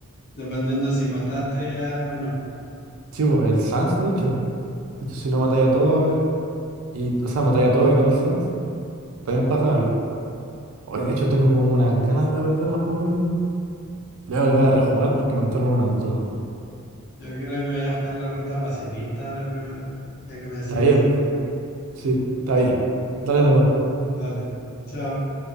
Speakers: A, on the left (about 50°); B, on the right (about 70°).
A: dependiendo si mataste a- o no.
B: Chivo, el Sans, de hecho. De hecho, si no matáis a todos, eh, y, o sea, matáis a todos y no al Sans. También pasa algo. Hoy, de hecho, tengo como unas ganas de volver a jugarlo. Le voy a volver a rejugar porque me entraron unas dudas.
A: Yo creo que voy a jugar la ruta pacifista ahora primero, ya que me decís
B: Está bien,
A: eso.
B: po. sí, está bien. Dale nomás.
A: Dale, chao.